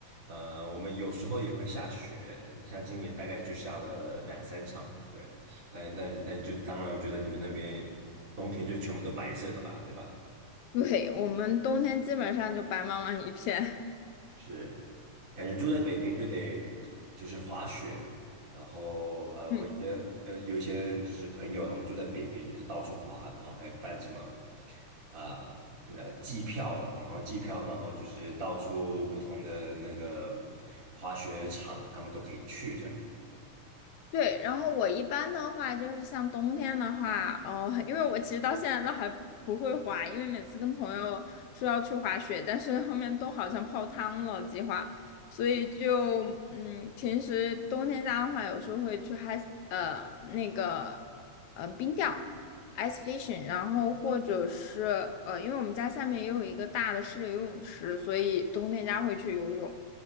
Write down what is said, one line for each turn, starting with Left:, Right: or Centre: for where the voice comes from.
Right: 呃，我们有时候也会下雪，像今年大概就下了两三场嘛，对。但但但就当然，我觉得你们那边冬天就全部都白色的吧，对吧？
Left: 对，我们冬天基本上就白茫茫一片。
Right: 是，感觉住在北冰就得就是滑雪，然后呃，
Left: <laughs>
Right: 我一些呃有一些就是朋友他们住在北边，就是到处滑，然后还办什么啊呃呃季票了，然后季票，然后就是到处不同的那个滑雪场，他们都可以去这样。
Left: 对，然后我一般的话就是像冬天的话，哦，<laughs> 因为我其实到现在都还不会滑，因为每次跟朋友说要去滑雪，但是后面都好像泡汤了计划，所以就嗯，平时冬天家的话，有时候会去 ice 呃那个呃冰钓 ice fishing，然后或者是呃，因为我们家下面也有一个大的室内游泳池，所以冬天家会去游泳。